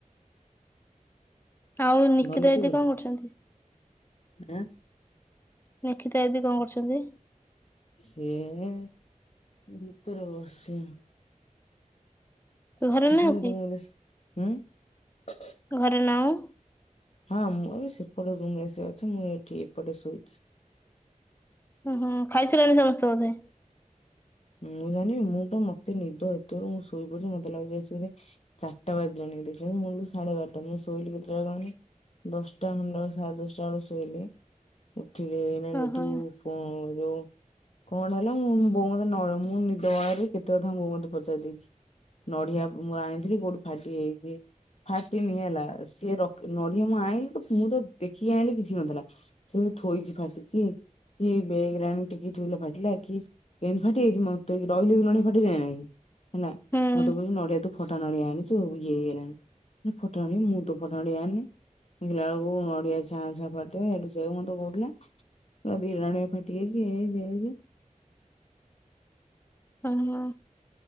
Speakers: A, on the left; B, on the left.
A: ଆଉ ନିକିତା
B: ଭଲ ଥିବ
A: ଦିଦି
B: ନା
A: କଣ କରୁଚନ୍ତି?
B: ଆଁ?
A: ନିକିତା ଦିଦି କଣ କରୁଚନ୍ତି?
B: ସିଏ ଭିତରେ ବସି ଆଉ। <unintelligible>
A: ଘରେ ନାହୁଁ କି?
B: ଆଁ?
A: ଘରେ ନାହୁଁ।
B: ହଁ ମୁଁ ଏବେ ସେପଟ ରୁମରେ ସେ ଅଛି, ମୁଁ ଏଠି ଏପଟେ ଶୋଇଛି।
A: ହୁଁ ଖାଇସାଇଲଣି ସମସ୍ତେ ବୋଧେ।
B: ମୁଁ ଜାଣିବିନି ମୁଁ ବା ମତେ ନିଦ ଏତରୁ ମୁଁ ଶୋଇପଡିଛି। ମତେ ଲାଗୁଛିି ଆସିକି ବୋଧେ ଚାରିଟା ବାଜିଲାଣି ବୋଲି। ମୂଳୁରୁ ସାଢେ ବାର ଟା। ମୁଁ ଶୋଇଲି କେତେଟା ବେଳେ କହନି? ଦଶଟା ଖଣ୍ଡେ ହବ ସାଢେ ଦଶଟା ବେଳକୁ ଶୋଇଲି ଉଠିଲି ଏଇନାକେ
A: ଓହୋ
B: ତୁ କ ଯୋଉ କଣ ହେଲା ମୁଁ ବୋଉ ମ ନଳ ମୁଁ ନିଦବାଉଳାରେ କେତେ କଥା ବୋଉ ମତେ ପଚାରି ଦେଇଛି। ନଢ଼ିଆ ମୁଁ ଆଣିଥିଲି କୋଉଠି ଫାଟି ଯାଇଚି ଫାଟିନି ହେଲା, ସିଏ ରଖି ନଢ଼ିଆ ମୁଁ ଆଇଁଲି ତ ମୁଁ ତ ଦେଖିକି ଆଇଁଲି କିଛି ନଥିଲା। ସେ ଥୋଇଛି ଫାଟିଛି, କି ବେଗରେ ଆଣି ଟେକିକି ଥୋଇଲା ଫାଟିଲା, କି କେମିତି ଫାଟିଯାଇଛି। ମତେ ରହିଲେ ବି ନଡିଆ ଫାଟିଯାଏ ନା କି ହେଲା।
A: ହୁଁ
B: ମତେ କହୁଛି ନଡିଆ ତୁ ଫଟା ନଡିଆ ଆଣିଚୁ ଇଏ ହେଇଗଲାଣି। ମୁଁ ଫଟା ନଡ଼ିଆ ମୁଁ ତ ଫଟା ନଡ଼ିଆ ଆଣିନି। ଦେଖିଲା ବେଳକୁ ନଡିଆ ଛାଁ ଛାଁ ଫାଟିଯାଇଛି, ସେଠୁ ସେୟା କୁ ମତେ କହୁଥିଲା କହିଲା ଦିଟା ନଡ଼ିଆ ଫାଟିଯାଇଛି, ଇଏ ହେଇଚି ସିଏ ହେଇଚି
A: ହହୋ।